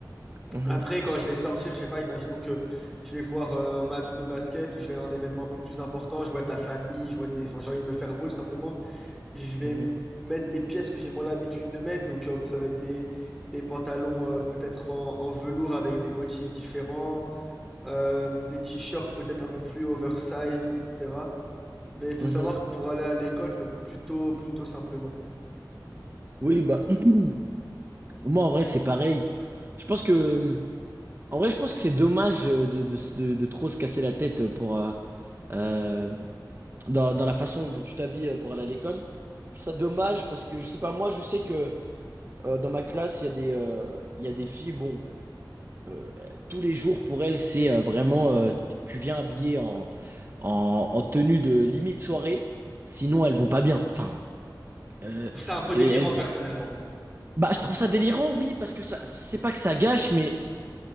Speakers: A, on the right; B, in the centre.
A: mhm,
B: Après, quand je vais sortir, je sais pas, imaginons que je vais voir euh, un match de basket ou je vais à un événement un peu plus important, je vois de la famille, je vois des, enfin, j'ai envie de me faire beau tout simplement. Je vais
A: mhm,
B: mettre des pièces que j'ai moins l'habitude de mettre, donc euh, ça va être des, des pantalons euh, peut-être en, en velours avec des motifs différents, euh, des t-shirts peut-être un peu plus oversize, etc. Mais il faut
A: mhm.
B: savoir que pour aller à l'école, je m'habille plutôt, plutôt simplement.
A: Oui, bah <clears throat> moi en vrai c'est pareil. Je pense que en vrai je pense que c'est dommage euh, de, de, de, de trop se casser la tête pour euh, euh, dans, dans la façon dont tu t'habilles euh, pour aller à l'école. Je trouve ça dommage parce que je sais pas, moi je sais que euh, dans ma classe, il y a des, euh, il y a des filles, bon, euh, tous les jours pour elles, c'est euh, vraiment, euh, t- tu viens habillé en, en, en tenue de limite soirée, sinon elles vont pas bien. Enfin, euh,
B: Je trouve ça un peu
A: c'est,
B: délirant
A: elles vi-
B: personnellement.
A: Bah, je trouve ça délirant, oui, parce que ça, c'est pas que ça gâche, mais.